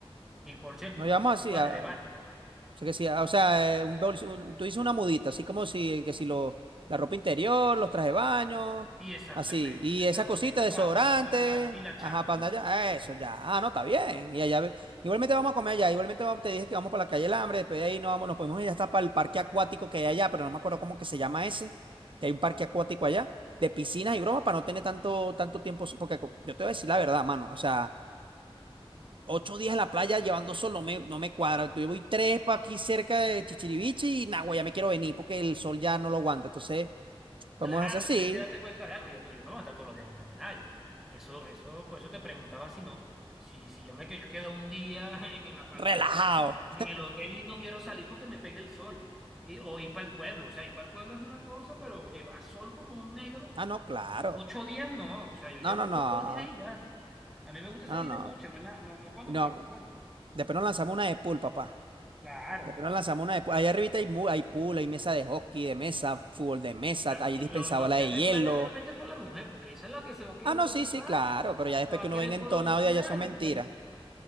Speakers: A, in the centre; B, on the right.
A: Y por cierto,
B: Nos
A: no
B: llevamos así,
A: un traje
B: a-
A: de baño.
B: o sea, que sí, a- o sea, eh, un, bolso- un- tú dices una mudita, así como si, que si lo, la ropa interior, los trajes de baño,
A: Y exactamente,
B: así. Y esas
A: la ropita
B: cositas, desodorante,
A: para andar en la playa y las
B: ajá,
A: chanclas.
B: para andar allá, eso ya, ah, no, está bien. Y allá, ve- igualmente vamos a comer allá, igualmente vamos- te dije que vamos para la calle del hambre, después de ahí nos, vamos, nos podemos ir hasta para el parque acuático que hay allá, pero no me acuerdo cómo que se llama ese, que hay un parque acuático allá, de piscinas y bromas, para no tener tanto, tanto tiempo, porque co- yo te voy a decir la verdad, mano, o sea. ocho días en la playa llevando sol no me, no me cuadra. Yo voy tres para aquí cerca de Chichiriviche y Nagua, ya me quiero venir porque el sol ya no lo aguanta. Entonces, podemos
A: Claro,
B: hacer así,
A: pero es que date cuenta de algo, yo, to- yo no voy a estar todos los días en la playa. Eso, eso, por eso te preguntaba si no, si, si yo me quería quedar un día <laughs> en el apartamento,
B: relajado.
A: sí, en el hotel y no quiero salir porque me pegue el sol. Y, o ir para el pueblo. O sea, ir para el pueblo es una cosa, pero llevar sol como un negro,
B: Ah, no, claro.
A: ocho días no. O sea, yo llevo
B: No, no, no.
A: sol dos días y ya. A mí me gusta salir
B: No, no.
A: de noche, no, en la- no, no cuando
B: No,
A: pega el sol.
B: después nos lanzamos una de pool, papá.
A: Claro.
B: Después nos lanzamos una de pool. Allá arriba hay, mu- hay pool, hay mesa de hockey, de mesa, fútbol de mesa,
A: Claro,
B: hay
A: lo-
B: dispensadora
A: lo- los días
B: de
A: de
B: hielo.
A: playa realmente es por la mujer, porque esa es la que se va a querer
B: Ah, no,
A: tostar,
B: sí, sí, claro, pero ya después
A: se va
B: que
A: a
B: uno
A: querer
B: venga
A: broncear
B: entonado, ya, ya eso es mentira.
A: y bueno.